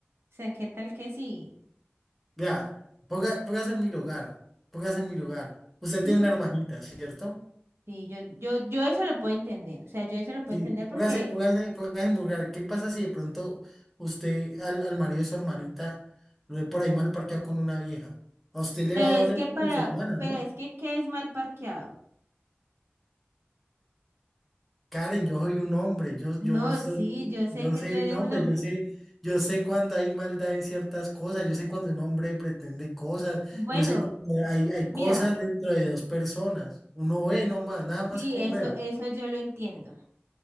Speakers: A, on the right; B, in the centre.
A: O sea, ¿qué tal que sí?
B: Vea, ponga- póngase en mi lugar, póngase en mi lugar. Usted
A: <laughs>
B: tiene una hermanita, ¿cierto?
A: Sí, yo, yo, yo eso lo puedo entender, o sea, yo eso lo puedo
B: Y
A: entender porque,
B: póngase, póngase, póngase en mi lugar. ¿Qué pasa si de pronto usted al, al marido de su hermanita lo ve por ahí mal parqueado con una vieja? A usted le
A: pero
B: va a doler
A: es que para,
B: porque es su hermana,
A: pero
B: ¿no?
A: es que ¿qué es mal parqueado?
B: Karen, yo soy un hombre, yo,
A: No,
B: yo soy,
A: sí, yo sé
B: yo
A: que
B: soy
A: tú eres
B: un hombre,
A: un hombre.
B: yo sé, yo sé cuando hay maldad en ciertas cosas, yo sé cuando un hombre pretende cosas,
A: Bueno,
B: yo sé cuando hay, hay
A: mira,
B: cosas dentro de dos personas, uno ve nomás, nada más
A: sí,
B: con
A: eso,
B: ver.
A: eso yo lo entiendo,